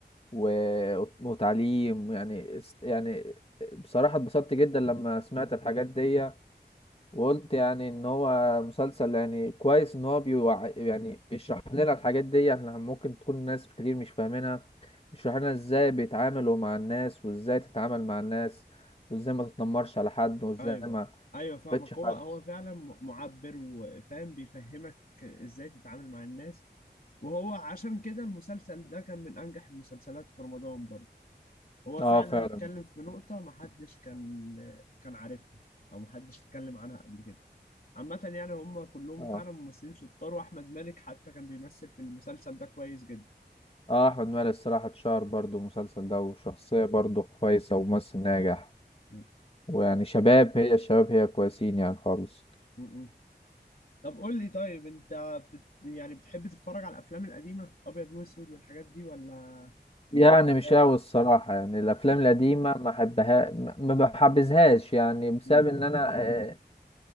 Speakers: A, on the left; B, on the left.
A: و... وتعليم يعني يعني بصراحة اتبسطت جدا لما سمعت الحاجات دي وقلت يعني ان هو مسلسل يعني كويس ان هو بيوع... يعني بيشرح لنا الحاجات دي احنا ممكن تكون ناس كتير مش فاهمينها بيشرح لنا ازاي بيتعاملوا مع الناس وازاي تتعامل مع الناس وازاي ما تتنمرش على حد وازاي
B: ايوه
A: ما
B: ايوه فاهمك
A: تبتش حد
B: هو هو فعلا م- معبر وفاهم بيفهمك ازاي تتعامل مع الناس وهو عشان كده المسلسل ده كان من انجح المسلسلات في رمضان برضه هو
A: اه
B: فعلا
A: فعلا
B: اتكلم في نقطة محدش كان كان عارفها او محدش اتكلم عنها قبل كده عامة يعني هم كلهم
A: اه
B: فعلا ممثلين شطار واحمد مالك حتى كان بيمثل في المسلسل ده كويس جدا
A: اه احمد مالك الصراحة اتشهر برضو المسلسل ده وشخصية برضو كويسة وممثل ناجح
B: م-
A: ويعني شباب هي الشباب هي كويسين يعني خالص
B: م- م. طب قول لي طيب انت بتت... يعني بتحب تتفرج على الافلام القديمه ابيض واسود والحاجات دي ولا ما
A: يعني
B: بتحبهاش
A: مش قوي الصراحة يعني الأفلام
B: م-
A: القديمة ما أحبها ما ما بحبذهاش يعني بسبب
B: م.
A: إن أنا آه،